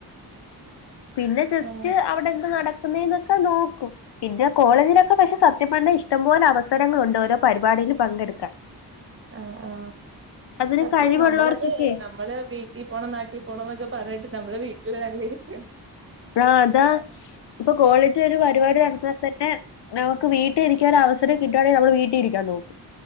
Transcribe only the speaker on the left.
പിന്നെ ജസ്റ്റ്
അവിടെ എന്താ നടക്കുന്നെന്നൊക്കെ നോക്കും പിന്നെ കോളേജിലൊക്കെ പക്ഷെ സത്യം പറഞാ ഇഷ്ടംപോലെ അവസരങ്ങളുണ്ട് ഓരോ പരിപാടിയിൽ പങ്കെടുക്കാൻ
അതിന്
കഴിവുള്ളവർക്കൊക്കെ
ആ അതാ ഇപ്പൊ കോളേജിൽ ഒരു പരിപാടി നടത്താ തന്നെ നമുക്ക് വീട്ടിലിരിക്കാ ഒരു അവസരം കിട്ടുവാണെങ്കിൽ നമ്മള് വീട്ടിരിക്കാൻ നോക്കും.